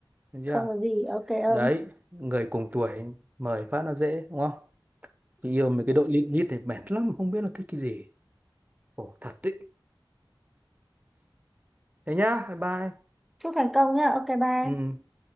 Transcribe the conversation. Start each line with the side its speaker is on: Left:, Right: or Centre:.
Right: được chưa
Centre: không có gì ok ông
Right: đấy người cùng tuổi mời phát nó dễ đúng không Chị yêu mấy cái đội lịm nhít này mệt lắm không biết nó thích cái gì khổ thật đấy thế nhá bye bye
Centre: chúc thành công nhá ok bye
Right: ừ.